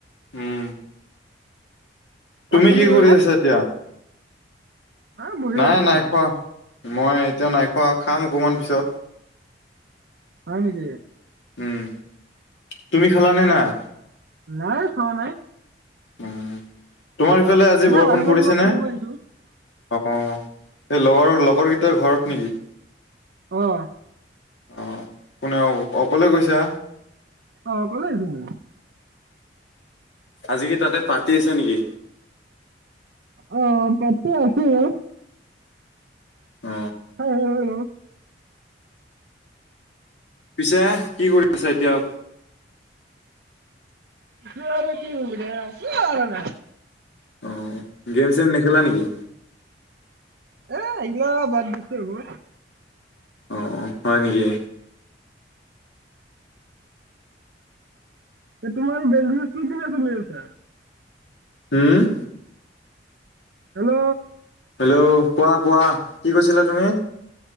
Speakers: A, on the left (about 85°); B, on the right (about 65°).
A: উম তুমি
B: ভাত পানী
A: কি
B: খালা
A: কৰি আছা এতিয়া?
B: হা বহি
A: নাই
B: আছো
A: নাই
B: এনে
A: খোৱা। মই এতিয়া নাইখোৱা খাম অকণমান পিছত।
B: হয় নেকি?
A: উম। তুমি খালানে নাই?
B: নাই খোৱা নাই।
A: উ তোমাৰ ইফালে আজি
B: এনে
A: বৰষুণ
B: বাহিৰত
A: পৰিছেনে?
B: অলপ ফুৰিব আহিছো
A: অ এই লগৰ লগৰকেইটাৰ ঘৰত নেকি?
B: অহ।
A: অ কোনে অ অকলে গৈছা?
B: অ অকলে আহিছো মই।
A: আজি কি তাতে পাৰ্টি আছিলে নেকি?
B: অ পাৰ্টি আছে আৰু।
A: অ।
B: হয় ন।
A: পিছে কি কৰি আছা এতিয়া?
B: আছোঁ আৰু কি কৰিব দে আছো আৰু এনেই।
A: অ গেম চেম নেখেলা নেকি?
B: এ এৰিলোঁ বাদ দিছো এইবোৰ।
A: অ অ হয় নেকি?
B: এ তোমাৰ বিজনেচটো কেনে চলি আছে?
A: উম!
B: হেল্ল'।
A: হেল্ল' কোৱা কোৱা কি কৈছিলা তুমি?